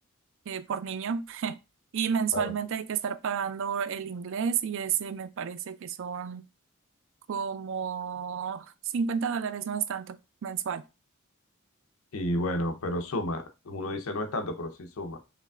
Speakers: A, on the right; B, on the left.
A: eh, por niño. Y mensualmente
B: Claro.
A: hay que estar pagando el inglés y ese me parece que son como 50 dólares, no es tanto, mensual.
B: Y bueno, pero suma, uno dice no es tanto, pero sí suma.